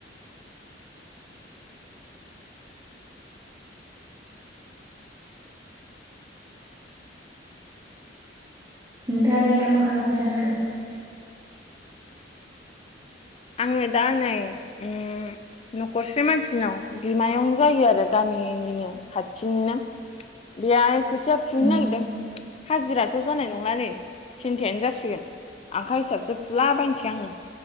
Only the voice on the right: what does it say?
नोंथाङालाय दा मा खालामनो सानखो?
ओं